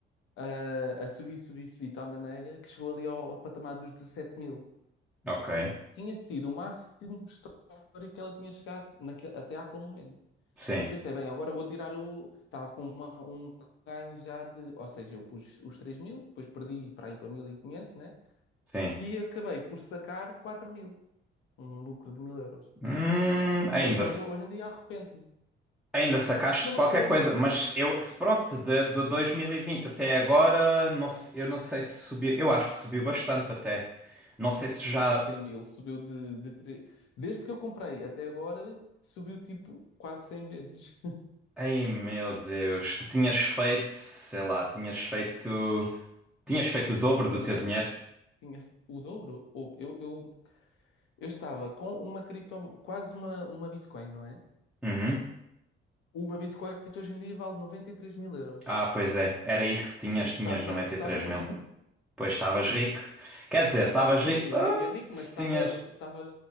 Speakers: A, on the left (about 80°); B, in the centre.
A: ah, a subir, subir, subir de tal maneira que chegou ali ao, ao patamar dos 17 mil,
B: Ok,
A: que tinha sido o máximo histórico que ela tinha chegado naquele- até àquele momento.
B: sim,
A: Eu pensei, bem, agora vou tirar o. Estava com uma- um ganho já de. Ou seja, eu pus os 3 mil, depois perdi para ir para 1.500, né?
B: sim.
A: E acabei por sacar 4 mil, um lucro de 1.000 euros.
B: Hum, ainda,
A: Mas agora,
B: se-
A: hoje em dia arrependo-me.
B: ainda sacaste
A: Não me
B: qualquer
A: arrependo.
B: coisa, mas eu, se pronto, de, de 2020 até agora, não, se- eu não sei se subiu. Eu acho que subiu bastante até. Não sei se
A: Subiu
B: já.
A: para os 100 mil, subiu de, de tre- Desde que eu comprei até agora, subiu tipo quase 100 vezes.
B: Ei, meu Deus, tu tinhas feito, sei lá, tinhas feito. Tinhas feito o dobro
A: tinha
B: do teu
A: feito
B: dinheiro?
A: tinha fe- o dobro. Ou- Eu, eu, eu estava com uma criptomoeda, quase uma, uma Bitcoin, não é?
B: Uhum.
A: Uma Bitcoin que hoje em dia vale noventa e três mil euros.
B: Ah, pois é. Era isso que tinhas.
A: Eu estava,
B: Tinhas noventa
A: estava
B: e três
A: rico.
B: mil.
A: <laughs>
B: Pois estavas rico. Quer dizer, estavas
A: Rico,
B: rico.
A: não
B: Ah,
A: diria rico,
B: se
A: mas estava,
B: tinhas.
A: estava